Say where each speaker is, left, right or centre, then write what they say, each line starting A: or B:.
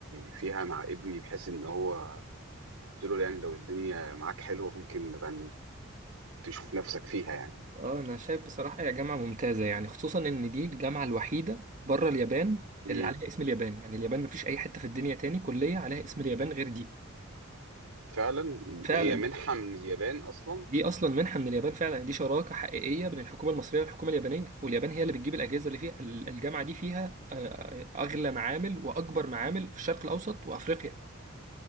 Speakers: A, on the right; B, on the right.
A: فيها مع ابني بحيث ان هو قلت له يعني لو الدنيا معاك حلوه ممكن نبقى تشوف نفسك فيها يعني
B: اه أنا شايف بصراحة هي جامعة ممتازة يعني خصوصا إن دي الجامعة الوحيدة بره اليابان
A: امم
B: اللي عليها اسم اليابان يعني اليابان مفيش أي حتة في الدنيا تاني كلية عليها اسم اليابان غير دي
A: فعلا
B: فعلا
A: هي منحة من اليابان أصلا
B: دي اصلا منحه من اليابان فعلا دي شراكه حقيقيه بين الحكومه المصريه والحكومه اليابانيه واليابان هي اللي بتجيب الاجهزه اللي فيها ال- الجامعه دي فيها آه، اغلى معامل واكبر معامل في الشرق الاوسط وافريقيا